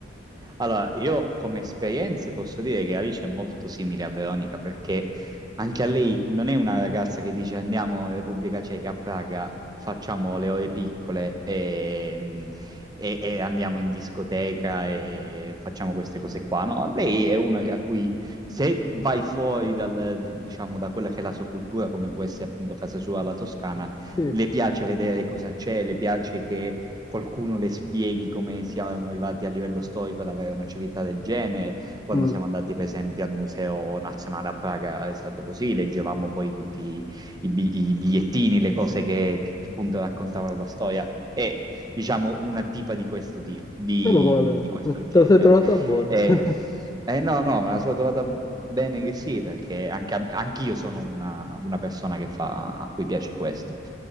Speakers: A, on the right; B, on the left.
A: Allora, io come esperienze posso dire che Alice è molto simile a Veronica perché anche a lei non è una ragazza che dice andiamo in Repubblica Ceca a Praga, facciamo le ore piccole e, e- e andiamo in discoteca e facciamo queste cose qua. No, lei è una a cui se vai fuori dal, diciamo, da quella che è la sua cultura, come può essere appunto casa sua, la Toscana,
B: Sì.
A: le piace vedere cosa c'è, le piace che qualcuno le spieghi come siamo arrivati a livello storico ad avere una civiltà del genere. Quando
B: Mm,
A: siamo andati, per esempio, al Museo Nazionale a Praga è stato così, leggevamo poi tutti i, bi- i bigliettini, le cose che, che appunto raccontavano la storia. È, diciamo, una tipa di questo tipo, di,
B: Meno male,
A: di questo genere.
B: te la sei trovata buona.
A: Eh,
B: <laughs>
A: eh, no, no, me la sono trovata bene che sì, perché anche a- anch'io sono una, una persona che fa, a cui piace questo.